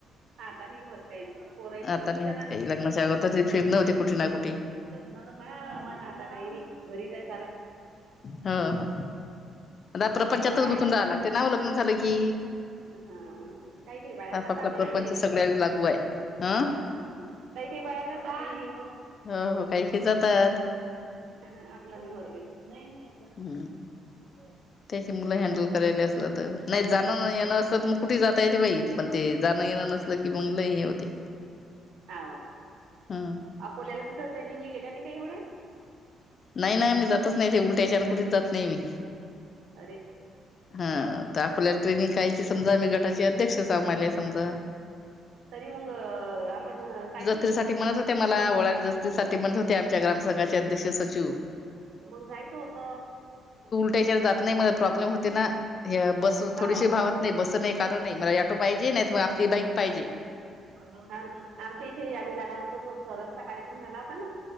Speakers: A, on the right; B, on the left.
A: आता नाही होत काही पोरांचे
B: आता
A: शिक्षण
B: नाहीत होत
A: आहे,
B: काही लग्नाच्या अगोदर फिरणे होते कुठे ना कुठे
A: तुमच्या का आता काही नाही घरीच आहे सारं. <unintelligible>
B: ह ह
A: आता
B: रात्र
A: काही
B: पंचातच
A: काही बाया
B: गुथून राहा लागते ना लग्न झालं की.
A: हा. काही काही बाया
B: आपापला
A: जातात
B: प्रपंच
A: इथल्या इथं.
B: सगळ्या लागू आहे ह
A: काही काही बाया जातात ही. <unintelligible>
B: हो हो काही <unintelligible> हे जातात.
A: हा आपला नाही होत बाई. नाही नाही.
B: हम्म.
A: <unintelligible>
B: त्याची मुलं हँडल करायली असल तर, नाही जाणं येणं असलं तर मग कुठे जाता येते बाई. पण ते जाणं येण नसल कि मंग लयी हे होते
A: हाव.
B: हम्.
A: अकोल्याला कुठ ट्रेनिंग गेल्या नाही का एवढे?
B: नाही ना मी जातच नाही ते उलट्याच्या आणि कुठच जात नाही मी.
A: अरे!
B: हा तर आकोल्यात ट्रेनिंग कायची समजा मी गटाचे अध्यक्ष होऊ आले समजा.
A: तरी मग आपण कायच
B: तेज्यासाठी म्हणत होते मला, <unintelligible> साठी म्हणत होते आमच्या ग्रामसंंघाचे अध्यक्ष सचिव.
A: मग जायचं होत.
B: त्याच्यान जात नाही मला प्रॉब्लेम होते ना बस
A: हाव.
B: थोडीशी भावत नाही बस नाही कारण नाही ऑटो पाहिजे, नाहीत मग आपली बाईक पाहिजे.
A: आमच्या इथे आम्ही झाला होतो तो स्वराज चा कार्यक्रम झाला होता ना